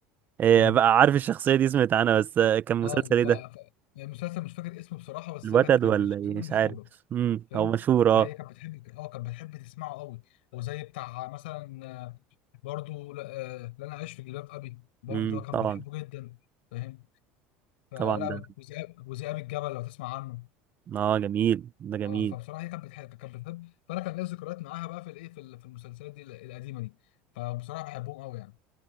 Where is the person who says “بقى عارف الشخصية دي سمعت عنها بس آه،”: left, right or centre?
Right